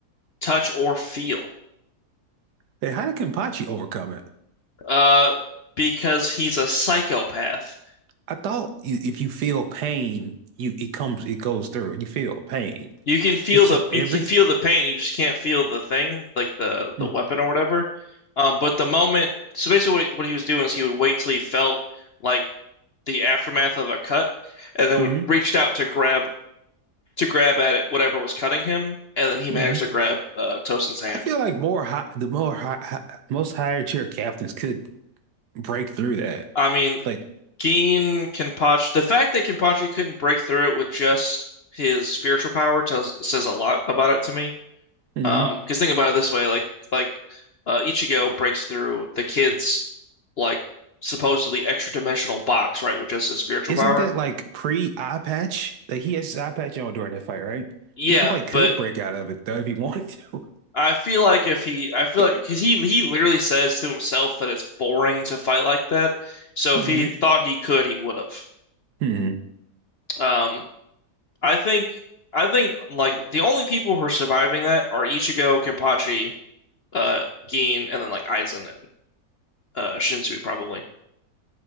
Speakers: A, on the left (about 55°); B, on the right (about 75°).
A: touch, or feel.
B: then how did Kenpachi overcome it?
A: Uh, because he's a psychopath.
B: I thought you, if you feel pain, you it comes, it goes through. You feel pain.
A: You can feel
B: It's
A: the
B: just
A: you
B: every.
A: can feel the pain, you just can't feel the thing, like the the
B: Mm-hmm,
A: weapon or whatever. Um, but the moment, so basically what, what he was doing is he would wait till he felt like the aftermath of a cut, and then
B: mm-hmm,
A: would reached out to grab to grab at it, whatever was cutting him, and then he
B: mm-hmm.
A: managed to grab uh, Tosin's hand.
B: I feel like more high, the more high, high, most higher tier captains could break through that.
A: I mean,
B: Like,
A: Geen Kenpachi, the fact that Kenpachi couldn't break through it with just his spiritual power tells says a lot about it to me.
B: hmm
A: Um, because think about it this way, like like uh, Ichigo breaks through the kid's like supposedly extra dimensional box, right, with just his spiritual
B: isn't
A: power.
B: that like pre eye patch? Like he has his eye patch on during that fight, right?
A: Yeah,
B: He probably could
A: but
B: break out of it though if he wanted to. <laughs>
A: I feel like if he, I feel
B: Yeah.
A: like because he he literally says to himself that it's boring to fight like that. So if
B: hmm
A: he thought he could, he would have.
B: hmm
A: Um, I think I think like the only people who are surviving that are Ichigo, Kenpachi, uh, Gin, and then like Aizen and uh, Shinzui probably.